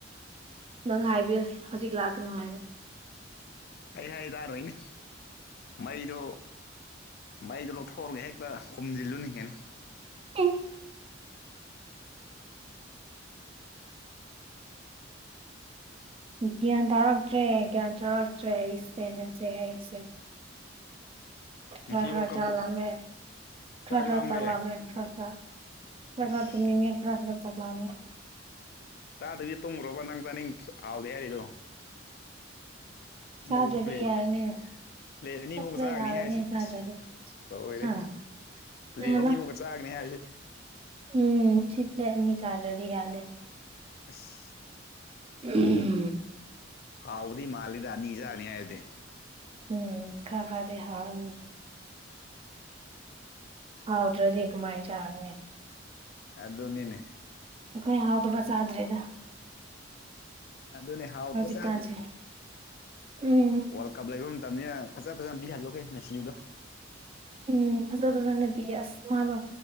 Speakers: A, on the right (about 30°); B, on the left (about 55°).
A: ꯅꯪ ꯍꯥꯏꯕꯤꯌꯨ ꯍꯧꯖꯤꯛ ꯂꯥꯛꯀꯅꯨ ꯍꯥꯏꯔꯦ
B: ꯑꯩꯅ ꯍꯥꯏ ꯇꯔꯣꯏꯅꯦ ꯃꯩꯗꯣ ꯃꯩꯗꯣ ꯂꯧꯊꯣꯛꯎꯔꯒꯦ ꯍꯦꯛꯇ ꯍꯨꯝꯖꯤꯜꯂꯨꯅꯤ ꯀꯩꯅꯣ
A: <inaudible> ꯒ꯭ꯌꯥꯟ ꯇꯥꯔꯛꯇ꯭ꯔꯦ ꯒ꯭ꯌꯥꯟ ꯇꯥꯔꯛꯇ꯭ꯔꯦ ꯑꯩꯁꯦ ꯑꯩꯁꯦ
B: ꯉꯁꯤ
A: ꯈꯔ ꯈꯔ
B: ꯋꯥꯔꯜ ꯀꯞꯄꯨ
A: ꯆꯥꯛ ꯂꯥꯝꯃꯦ ꯈꯔ
B: ꯆꯥꯛ
A: ꯈꯔ
B: ꯂꯥꯝꯕ꯭ꯔꯦ
A: ꯆꯥꯛꯂꯥꯝꯃꯦ ꯈꯔ ꯈꯔ
B: ꯑꯁ
A: ꯇꯨꯝꯅꯤꯡꯉꯦ ꯈꯔ ꯈꯔ ꯆꯥꯛꯂꯥꯝꯃꯦ
B: ꯆꯥꯗꯔꯗꯤ ꯇꯨꯝꯈ꯭ꯔꯣꯕ ꯅꯪ ꯆꯥꯅꯤꯡ ꯍꯥꯎꯗꯦ ꯍꯥꯏꯔꯤꯗꯣ ꯑꯃꯨꯛꯀꯁꯨ
A: ꯆꯥꯗ꯭ꯔꯗꯤ
B: ꯄ꯭ꯂꯦꯠ
A: ꯌꯥꯔꯦꯅꯦ
B: ꯄ꯭ꯂꯦꯠ ꯑꯅꯤꯃꯨꯛ
A: ꯄꯨꯛꯅ
B: ꯆꯥꯒꯅꯤ
A: ꯌꯥꯔꯦꯅꯦ
B: ꯍꯥꯏꯔꯤꯁꯤ
A: ꯆꯥꯗ꯭ꯔꯗꯤ
B: ꯑꯁ ꯂꯣꯏꯔꯦ
A: ꯍꯥ
B: ꯄ꯭ꯂꯦꯠ
A: ꯀꯩ ꯍꯥꯏꯕ
B: ꯑꯅꯤꯃꯨꯛ ꯆꯥꯒꯅꯤ ꯍꯥꯏꯖꯦ
A: ꯎꯝ ꯁꯤꯠꯂꯦ ꯑꯅꯤ ꯆꯥꯗ꯭ꯔꯗꯤ ꯌꯥꯂꯦ
B: ꯑꯁ
A: ꯎꯝ
B: ꯍꯥꯎꯕꯗꯤ ꯃꯥꯜꯂꯤꯗ ꯑꯅꯤ ꯖꯥꯅꯤꯒ ꯍꯥꯏꯗꯤ
A: ꯎꯝ ꯈꯔ- ꯈꯔꯗꯤ ꯍꯥꯎꯔꯝꯅꯤ ꯍꯥꯎꯇ꯭ꯔꯥꯗꯤ ꯀꯃꯥꯏ ꯆꯥꯒꯅꯤ
B: ꯑꯗꯨꯅꯤꯅꯦ
A: ꯑꯩꯈꯣꯏ ꯍꯥꯎꯗꯕ ꯆꯥꯗ꯭ꯔꯦꯗ
B: ꯑꯗꯨꯅꯦ ꯍꯥꯎꯗꯕ
A: ꯍꯧꯖꯤꯛꯀꯥꯟꯁꯦ
B: ꯆꯥꯗꯦ
A: ꯎꯝ
B: ꯋꯥꯔꯜ ꯀꯞ ꯂꯩꯕ ꯃꯇꯝꯅꯦ ꯐꯖ ꯐꯖꯅ ꯄꯤꯍꯜꯂꯨ ꯉꯁꯤꯗꯣ
A: ꯎꯝ ꯐꯖ ꯐꯖꯅ ꯄꯤꯌꯦ ꯃꯥꯗꯣ